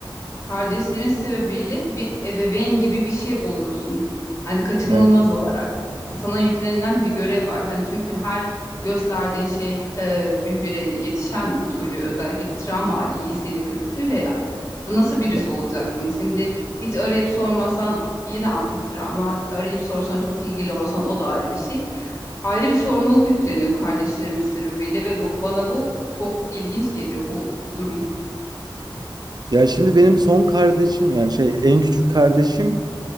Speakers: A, on the left; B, on the right.
A: kardeşlerin sebebiyle bir ebeveyn gibi bir şey oluyorsun. Hani kaçınılmaz
B: Evet,
A: olarak sana yüklenilen bir görev var. Hani çünkü her gösterdiğin şey e, bir birey yetişen bir çocuğu özellikle bir travma hali iyisiyle kötüsüyle ya. İşte nasıl birisi
B: evet.
A: olacaksın? Şimdi hiç arayıp sormasan yine bir travma. Arayıp sorsan çok ilgili olsan o da ayrı bir şey ayrı bir sorumluluk yükleniyor kardeşlerimiz sebebiyle ve bu, bana bu çok ilginç geliyor bu durum.
B: Ya şimdi benim son kardeşim yani şey en küçük kardeşim